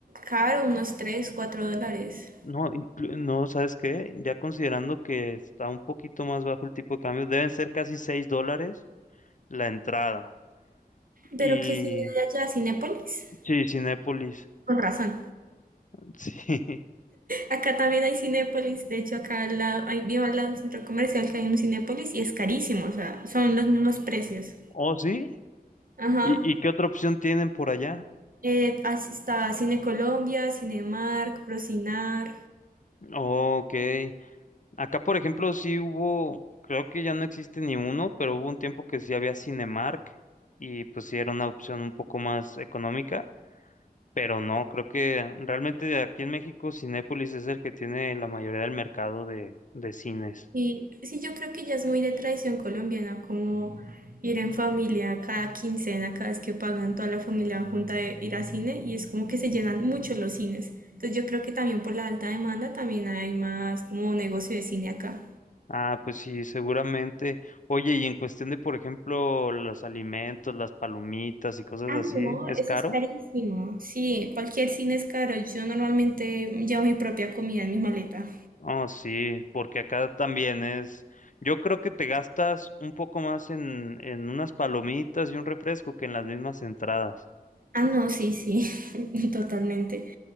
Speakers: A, on the right (about 60°); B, on the left (about 55°).
A: caro, unos 3, 4 dólares.
B: No, inclu- no, ¿sabes qué? Ya considerando que está un poquito más bajo el tipo de cambio, deben ser casi 6 dólares la entrada. Y
A: Pero ¿qué cine hay allá? ¿Cinépolis?
B: sí, Cinépolis,
A: Con razón.
B: <laughs> sí.
A: Acá también hay Cinépolis, de hecho acá al lado, ahí vivo al lado de un centro comercial que hay un Cinépolis y es carísimo, o sea, son los mismos precios.
B: ¿Oh, sí?
A: Ajá.
B: ¿Y, y qué otra opción tienen por allá?
A: Eh, as- está Cine Colombia, Cinemark, Procinar.
B: Oh, Ok. Acá, por ejemplo, sí hubo, creo que ya no existe ni uno, pero hubo un tiempo que sí había Cinemark y pues sí era una opción un poco más económica. Pero no, creo que realmente aquí en México Cinépolis es el que tiene la mayoría del mercado de, de cines.
A: Y sí, yo creo que ya es muy de tradición colombiana, como ir en familia cada quincena, cada vez que pagan toda la familia junta de ir a cine, y es como que se llenan mucho los cines. Entonces yo creo que también por la alta demanda también hay más como negocio de cine acá.
B: Ah, pues sí, seguramente. Oye, y en cuestión de, por ejemplo, los alimentos, las palomitas y cosas
A: Ah,
B: así,
A: no,
B: ¿es
A: eso
B: caro?
A: es carísimo. Sí, cualquier cine es caro. Yo normalmente llevo mi propia comida en mi maleta.
B: Oh, sí, porque acá también es. Yo creo que te gastas un poco más en, en unas palomitas y un refresco que en las mismas entradas.
A: Ah, no, sí, sí, <laughs> totalmente.